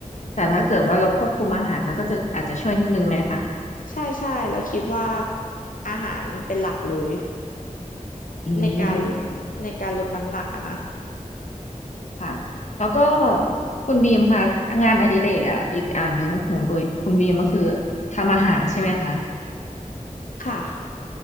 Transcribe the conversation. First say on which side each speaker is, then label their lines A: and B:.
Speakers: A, on the left (about 60°); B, on the left (about 80°).
A: แต่ถ้าเกิดว่าเราควบคุมอาหารมันก็จะอาจจะช่วยนิดนึงไหมคะ
B: ใช่ใช่เราคิดว่าอาหารเป็นหลักเลย
A: อืม
B: ในการในการลดน้ำหนักอะนะ
A: ค่ะแล้วก็คุณบีมค่ะงานอดิเรกอ่ะอีกอ่างหนึ่งก็ของคุณบีคุณบีมก็คือทำอาหารใช่ไหมคะ
B: ค่ะ